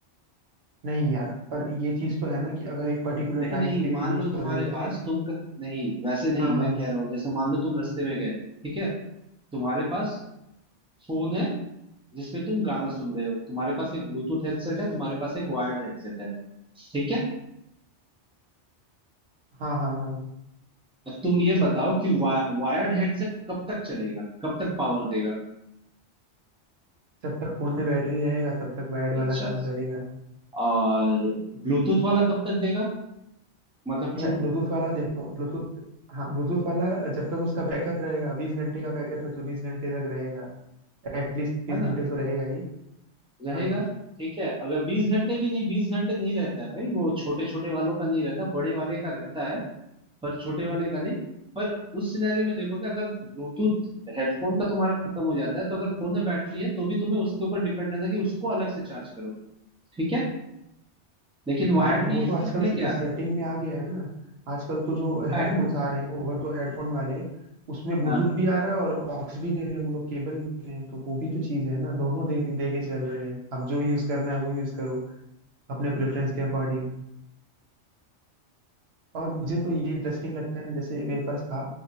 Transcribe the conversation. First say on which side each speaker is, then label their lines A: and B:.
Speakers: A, on the right (about 65°); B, in the centre.
A: नहीं यार पर ये चीज तो है ना कि अगर एक पर्टिकुलर
B: नहीं
A: टाइम
B: नहीं
A: के लिए
B: मान
A: यूज
B: लो
A: कर
B: तुम्हारे
A: रहे हो जैसे
B: पास तुम क... नहीं वैसे नहीं
A: हाँ
B: मैं
A: हाँ
B: कह रहा हूँ जैसे मान लो तुम रास्ते में गए ठीक है तुम्हारे पास फोन है जिसमें तुम गाना सुन रहे हो तुम्हारे पास एक ब्लूटूथ हेडसेट है तुम्हारे पास एक वायर्ड हेडसेट है ठीक है
A: हाँ हाँ हाँ
B: अब तुम ये बताओ कि वा, वायर्ड हेडसेट कब तक चलेगा कब तक पावर देगा
A: जब तक फोन में बैटरी रहेगा तब तक वायर्ड वाला
B: अच्छा
A: काम करेगा
B: और ब्लूटूथ वाला कब तक देगा मतलब
A: यार
B: ट्रू
A: ब्लूटूथ वाला देखो ब्लूटूथ हाँ ब्लूटूथ वाला जब तक उसका बैकअप रहेगा बीस घंटे का बैकअप है तो बीस घंटे तक रहेगा एटलीस्ट बीस
B: है ना
A: घंटे तो रहेगा ही
B: रहेगा
A: हाँ
B: ठीक है अगर बीस घंटे भी नहीं बीस घंटे नहीं रहता है भाई वो छोटे छोटे वालों का नहीं रहता बड़े वाले का रहता है पर छोटे वाले का नहीं पर उस सिनेरियो में देखो कि अगर ब्लूटूथ हेडफोन का तुम्हारा खत्म हो जाता है तो अगर फोन में बैटरी है तो भी तुम्हें उसके ऊपर डिपेंड रहना है कि उसको अलग से चार्ज करो ठीक है लेकिन वायर्ड
A: हाँ तो
B: में
A: वो
B: ये सीन
A: तो आजकल
B: है क्या
A: सेटिंग में आ गया है ना आजकल तो जो
B: वायर्ड
A: हेडफोन्स आ रहे हैं ओवर तो हेडफोन वाले उसमें ब्लूटूथ
B: हाँ
A: भी आ रहा है और ऑक्स भी दे रहे हैं वो लोग केबल भी दे रहे हैं तो वो भी तो चीज़ है ना दोनों दे दे के चल रहे हैं अब जो यूज़ करना है वो यूज़ करो अपने प्रेफरेंस के अकॉर्डिंग और मुझे तो ये इंटरेस्टिंग लगता है ना जैसे मेरे पास था